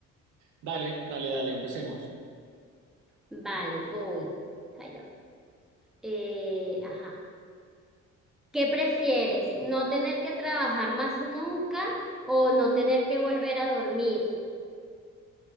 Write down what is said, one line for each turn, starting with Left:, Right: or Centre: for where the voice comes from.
Right: Dale, dale, dale, empecemos.
Centre: Vale, voy. Allá. Eh, ajá. ¿Qué prefieres? ¿No tener que trabajar más nunca o no tener que volver a dormir?